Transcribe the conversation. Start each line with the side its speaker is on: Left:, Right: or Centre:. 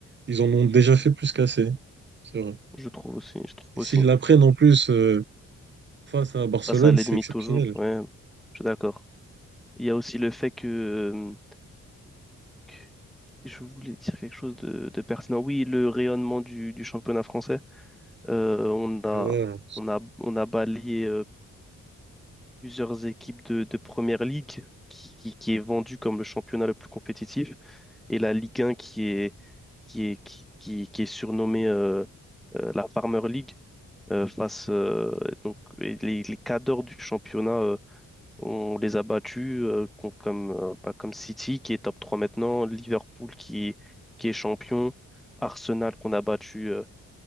Right: ils en ont déjà fait plus qu'assez. C'est vrai.
Centre: je trouve aussi, je trouve
Right: Et
Centre: aussi.
Right: s'ils l'apprennent en plus. euh, face à Barcelone,
Centre: face à l'ennemi
Right: c'est exceptionnel.
Centre: toujours, ouais, je suis d'accord. Il y a aussi le fait que, euh, que- je voulais dire quelque chose de, de pertinent. Oui, le rayonnement du, du championnat français, euh, on a,
Right: Ouais.
Centre: on a, on a balayé euh, plusieurs équipes de, de première ligue qui, qui, qui est vendue comme le championnat le plus compétitif et la Ligue 1 qui est, qui est, qui, qui, qui est surnommée euh, euh, la Farmer League euh, face euh, donc, et les, les cadors du championnat. euh, On les a battus euh, com- comme, euh, pas comme City qui est top 3 maintenant, Liverpool qui est, qui est champion, Arsenal qu'on a battu euh,